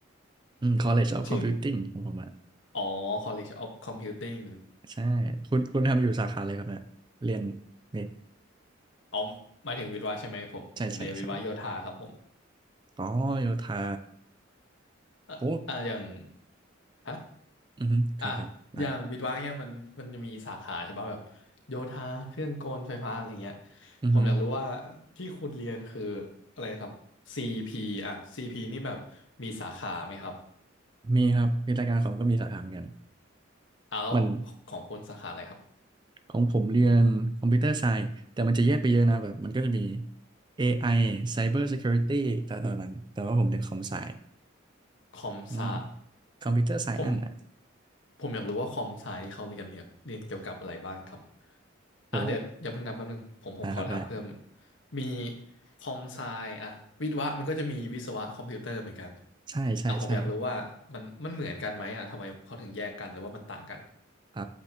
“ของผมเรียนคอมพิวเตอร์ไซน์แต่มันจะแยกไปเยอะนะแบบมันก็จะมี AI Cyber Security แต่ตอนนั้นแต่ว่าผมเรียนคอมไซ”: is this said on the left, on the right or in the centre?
Right